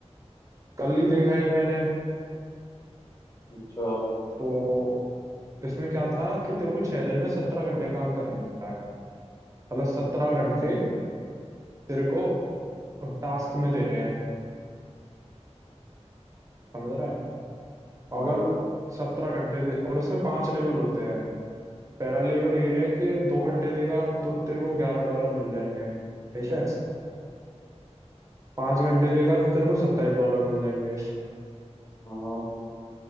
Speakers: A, on the right; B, on the left.
A: कल ही देखा ये मैंने
B: अच्छा
A: तो इसमें क्या था कि तेरे को छह दिन में सत्रह घंटे काम करना है मतलब सत्रह घंटे
B: हाँ,
A: तेरे को टास्क में देने हैं समझ रहा है
B: समझ
A: अगर
B: गया
A: सत्रह घंटे दे और इसमें पांच लेवल होते हैं पहला लेवल ये है कि दो घंटे देगा तो तेरे को ग्यारह डॉलर मिल जाएंगे ठीक है पांच घंटे देगा तो तेरे को सत्ताईस डॉलर मिल जाएंगे
B: हाँ हाँ